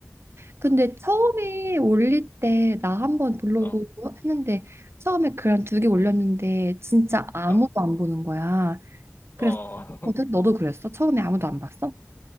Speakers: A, on the right (about 65°); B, on the left (about 50°).
A: 근데 처음에 올릴 때 나 한번 블로그
B: 어,
A: 했는데 처음에 글 한 두 개 올렸는데 진짜 아무도
B: 어,
A: 안 보는 거야. 그래서
B: 어,
A: 거든
B: <laughs>
A: 너도 그랬어? 처음에 아무도 안 봤어?